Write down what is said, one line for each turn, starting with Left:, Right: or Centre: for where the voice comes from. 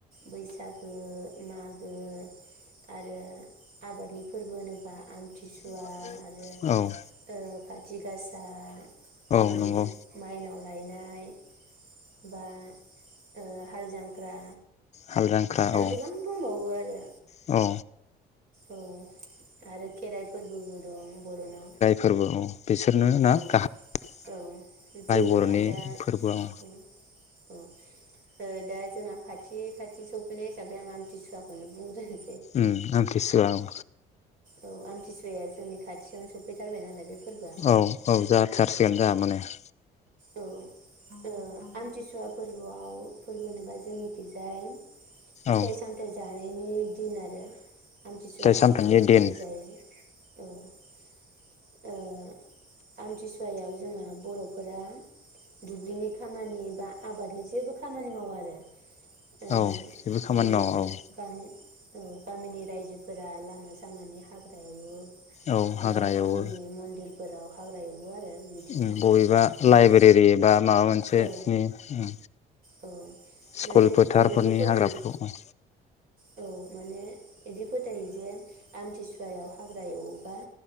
Right: बैसागो मागो आरो आबादनि फोरबो होनोबा आमथिसुवा
Left: <unintelligible>
Right: आरो
Left: औ
Right: ओ खाथि गासा उम
Left: औ नंगौ
Right: माइनाव <unintelligible> बा ओ हाल जांख्रा
Left: हालजांख्रा
Right: आरो
Left: औ
Right: गोबां दंबावो आरो
Left: औ
Right: औ आरो खेराइ फोरबोबो दं बर'नाव
Left: फोरबोआव बिसोरनो ना
Right: औ
Left: गाहाय
Right: औ जोंना
Left: बर'नि
Right: दा
Left: फोरबोआव
Right: <unintelligible> औ उम ओ दा <unintelligible> खाथि खाथि सौ सफैनाय हिसाबै आं आमथिसुवाखौनो बुंग्रोनो
Left: उम आमथिसुवा औ
Right: औ आमथिसुवाया जोंनि खाथियावनो सौफैथारबाय नालाय बेफोर
Left: औ औ जाथारसिगोन जा माने <unintelligible>
Right: औ ओ आमथिसुवा फोरबोआव फोरबो होनोबा जोंनिखिजाय फिथाइ
Left: औ
Right: सामथाय जा नायनि दिन आरो आमथिसुवा खालि
Left: सामथाइनि
Right: फिथाइ सामथायाइ
Left: दिन
Right: जायो औ ओ आमथिसुवायाव जोंङो बर'फोरा दुब्लिनि खामानि बा आबादनि जेबो खामानि मावा आरो ओ
Left: औ जेबो
Right: बिदिनो
Left: खामानि मावा औ
Right: गामि औ गामिनि रायजोफोरा लामा सामानि हाग्रा एवो।
Left: औ हाग्रा
Right: बा गामिनि
Left: एवो
Right: मन्दिरफोराव हाग्रा एवो आरो बिदिनो
Left: उम बबेबा
Right: माने
Left: लाइब्रेरि बा माबा मोनसेनि
Right: औ
Left: उम
Right: औ
Left: स्कुल
Right: माने
Left: फोथारफोरनि
Right: ओरैबायदि फोथायो
Left: हाग्राफोरखौ
Right: औ माने इदि फोथायो जे आमथिसुवायाव हाग्रा एवोबा